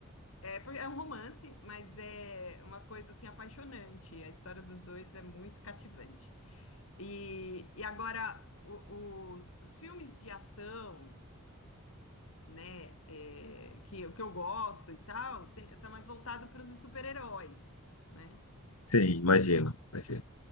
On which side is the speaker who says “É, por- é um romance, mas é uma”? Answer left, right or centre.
Left